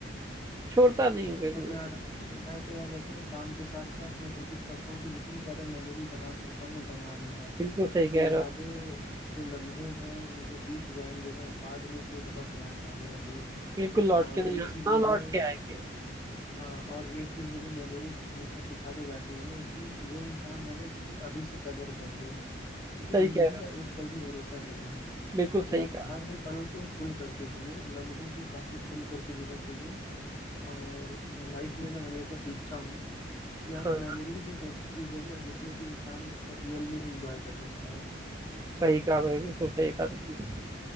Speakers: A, on the right; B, on the left.
A: छोड़ता नहीं हूँ फिर
B: मैं
A: मैं
B: तो यार मैं तो यार वैसे ना काम के साथ साथ मैं कोशिश करता हूँ कि जितनी ज्यादा मेमोरी बना सकता हूँ ना बना लूँ यार
A: बिल्कुल सही
B: ये
A: कह
B: यादें
A: रहे हो
B: ये जो लम्हे हैं ये जो बीत जाएंगे ना बाद में फिर बहुत याद आने वाली है
A: बिल्कुल लौट
B: और
A: के नहीं
B: एक
A: आ-
B: चीज
A: ना
B: मुझे
A: लौट के आएंगे
B: हाँ और एक चीज मुझे मेमोरीज हमेशा सिखा के जाती है ना कि जो इंसान है ना उसकी अभी से कदर कर लो क्योंकि
A: सही
B: जिंदगी
A: कह रहे हो
B: का एक पल भी भरोसा नहीं है
A: बिल्कुल
B: तो
A: सही
B: यार
A: कहा
B: हर वो पल को खुल करके जियो लम्हों को काफी खुल करके जीना चाहिए और लाइफ में मैं हमेशा सीखता हूँ कि
A: हाँ
B: यार मेमोरीज एक ऐसी चीज है ना जिसमें कि इंसान रियल में इंजॉय कर सकता है
A: सही कहा भाई बिल्कुल सही कहा तुमने